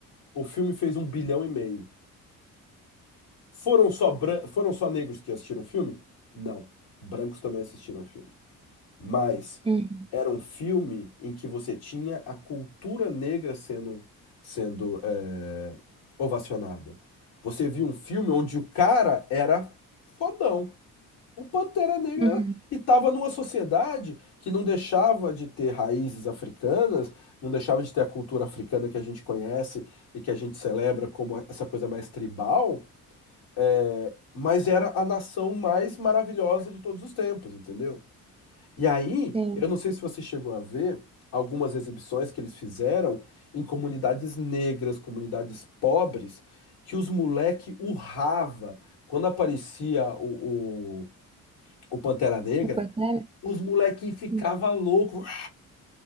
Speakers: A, on the left; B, on the right.
A: O filme fez um bilhão e meio. Foram só, bran- foram só negros que assistiram o filme? Não. Brancos também assistiram o filme. mas
B: uhum,
A: era um filme em que você tinha a cultura negra sendo, sendo é, ovacionada. Você viu um filme onde o cara era fodão. O Pantera Negra
B: uhum.
A: era... E estava numa sociedade que não deixava de ter raízes africanas, não deixava de ter a cultura africana que a gente conhece e que a gente celebra como essa coisa mais tribal, é, mas era a nação mais maravilhosa de todos os tempos, entendeu? E aí,
B: Sim.
A: eu não sei se você chegou a ver algumas exibições que eles fizeram em comunidades negras, comunidades pobres, que os moleque urrava. Quando aparecia o, o, o Pantera Negra,
B: Aquaterra?
A: os molequinhos ficavam
B: Hum.
A: loucos.